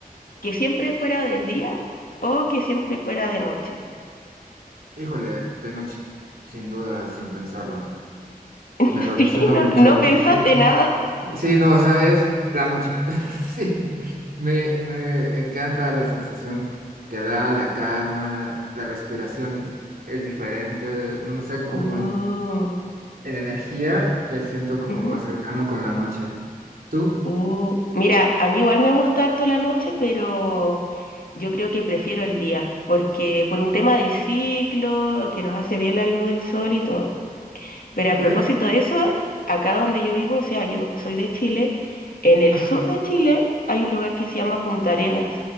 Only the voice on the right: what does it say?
Híjole, de noche. Sin duda, sin pensarlo.
Me relaciono
mucho.
Sí.
Sí, no, sabes, la noche. <laughs> Sí, me, me encanta la sensación que da, la calma, la respiración es diferente, no, no sé, como
en, en energía me siento como
más cercano con la noche. ¿Tú?
Ok.
Ajá.